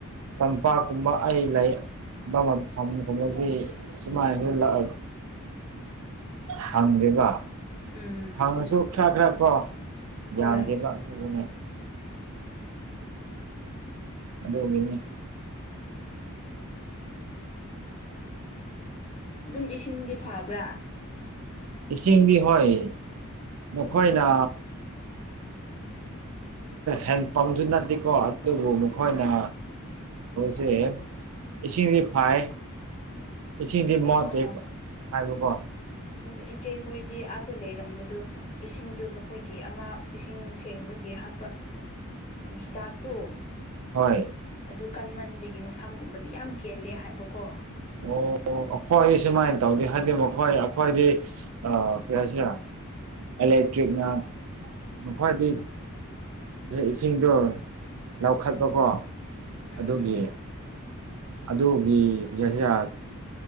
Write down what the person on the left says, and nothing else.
ꯎꯝ
ꯍꯣꯏ
ꯑꯗꯨꯝ ꯏꯁꯤꯡꯗꯤ ꯐꯕ꯭ꯔꯥ
ꯎꯝ
ꯑꯥ
ꯑꯗꯨ ꯏꯆꯦꯈꯣꯏꯗꯤ ꯑꯥꯗ ꯂꯩꯔꯦ ꯂꯩꯔꯝꯕꯗꯨ ꯏꯁꯤꯡꯗꯨ ꯃꯈꯣꯏꯒꯤ ꯑꯃ ꯏꯁꯤꯡ ꯁꯦꯡꯕꯒꯤ ꯍꯥꯞꯄꯤ ꯆ ꯆꯥꯛꯇꯣ
ꯑꯗꯨ ꯀꯟꯃꯟꯕꯒꯤ ꯃꯁꯝꯒꯨꯝꯕꯗꯤ ꯌꯥꯝ ꯀꯦꯜꯂꯦ ꯍꯥꯏꯕꯀꯣ
ꯎꯝ
ꯎꯝ